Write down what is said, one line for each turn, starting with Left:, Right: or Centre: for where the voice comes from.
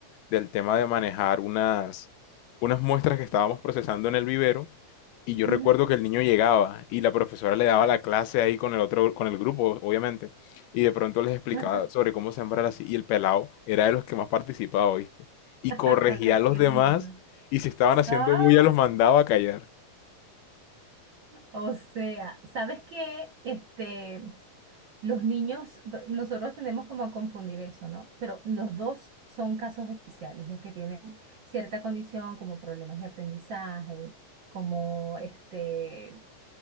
Left: del tema de manejar unas, unas muestras que estábamos procesando en el vivero. Y yo
Right: ujú.
Left: recuerdo que el niño llegaba y la profesora le daba la clase ahí con el otro, con el grupo, obviamente. Y de pronto les explicaba
Right: Ajá,
Left: sobre cómo sembrar así. Y el pelado era de los que más participaba, ¿viste? y corregía
Right: <laughs> Ay,
Left: a los
Right: qué
Left: demás
Right: lindo.
Left: y si estaban haciendo
Right: Ah,
Left: bulla los mandaba a callar.
Right: o sea, ¿sabes qué? Este... Los niños, b- nosotros tendemos como a confundir eso, ¿no? Pero los dos son casos especiales, los que tienen cierta condición como problemas de aprendizaje, como este,